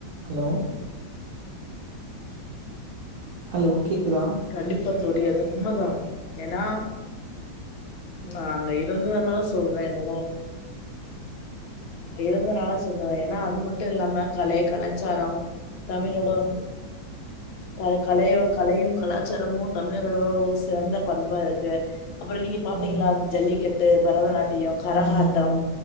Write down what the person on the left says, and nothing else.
கண்டிப்பா தோழி அது உண்ம தா ஏனா நா அங்க இருந்ததுனால சொல்றே என்னோட அப்டி இருந்தத்னால சொல்ற ஏனா அது மட்டு இல்லாம கலை, கலாச்சாரோ தமிழோட வந்து பல கலையோ கலையு கலாச்சாரமு தமிழரோட ஒரு சிறந்த பண்பா இருக்கு அப்பறோ நீங்க பாத்தீங்களா
அந்த ஜல்லிக்கட் டு, பரதநாட்டியம், கரகாட்டம்,